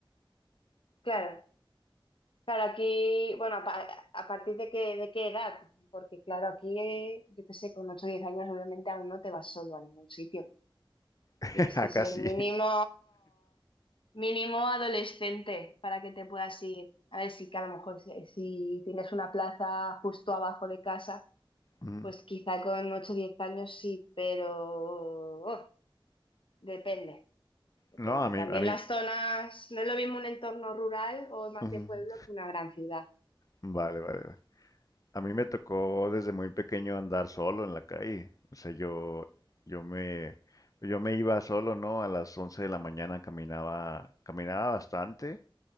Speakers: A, on the left (about 70°); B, on the left (about 40°).
A: Claro, claro, aquí, bueno, a, pa- a partir de qué, de qué edad, porque claro, aquí, eh, yo qué sé, con 8 o 10 años obviamente aún no te vas solo a ningún sitio.
B: <laughs>
A: Tienes
B: Acá
A: que ser
B: sí.
A: mínimo, mínimo adolescente para que te puedas ir. A ver, sí que a lo mejor si, si tienes una plaza justo abajo de casa,
B: Ujú.
A: pues quizá con 8 o 10 años sí, pero oh, depende, depende.
B: No, a mí,
A: También
B: a mí.
A: las zonas, no es lo mismo un entorno rural o más
B: ujú.
A: de pueblo que una gran ciudad.
B: Vale, vale, vale. A mí me tocó desde muy pequeño andar solo en la calle. O sea, yo, yo me, yo me iba solo, ¿no? A las 11 de la mañana caminaba, caminaba bastante